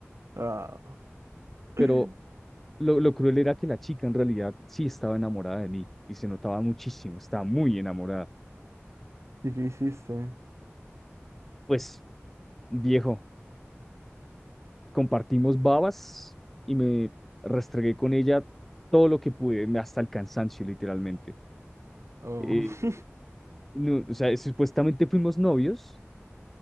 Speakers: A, on the right (about 75°); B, in the centre.
A: Ah. <laughs>
B: Pero lo, lo cruel era que la chica en realidad sí estaba enamorada de mí y se notaba muchísimo, estaba muy enamorada.
A: ¿Y qué hiciste?
B: Pues, viejo, compartimos babas y me restregué con ella todo lo que pude, me- hasta el cansancio, literalmente.
A: Oh,
B: Eh,
A: <laughs>
B: no, o sea, supuestamente fuimos novios,